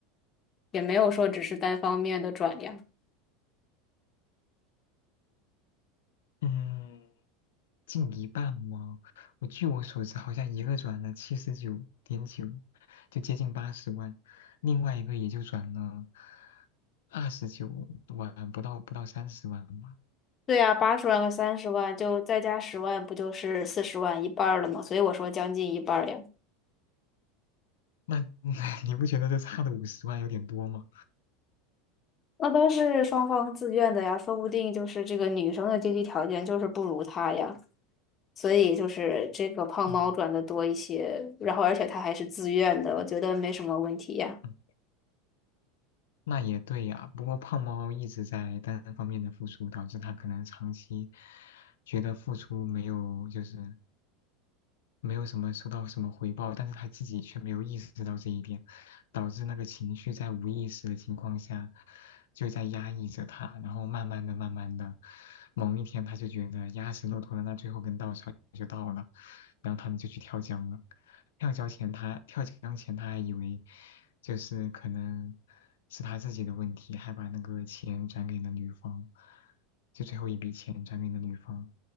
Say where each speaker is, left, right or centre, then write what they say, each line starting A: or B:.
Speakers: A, on the left; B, on the left.
A: 也没有说只是单方面的转呀。
B: 嗯。近一半吗？我据我所知，好像一个转了七十九点九，就接近八十万，另外一个也就转了二十九万，不到不到三十万吧。
A: 对呀，八十万和三十万，就再加十万，不就是四十万，一半儿了吗？所以我说将近一半儿呀。
B: 那 <laughs> 你不觉得这差的五十万有点多吗？
A: 那都是双方自愿的呀，说不定就是这个女生的经济条件就是不如他呀，所以就是这个胖猫赚的多一些，
B: 嗯，
A: 然后而且他还是自愿的，我觉得没什么问题呀。
B: 嗯那也对呀。不过胖猫一直在单方面的付出，导致他可能长期觉得付出没有就是没有什么收到什么回报，但是他自己却没有意识到这一点，导致那个情绪在无意识的情况下就在压抑着他，然后慢慢的、慢慢的，某一天他就觉得压死骆驼的那最后根稻草就到了，然后他们就去跳江了。跳江前他跳江前他还以为就是可能是他自己的问题，还把那个钱转给了女方，就最后一笔钱转给了女方。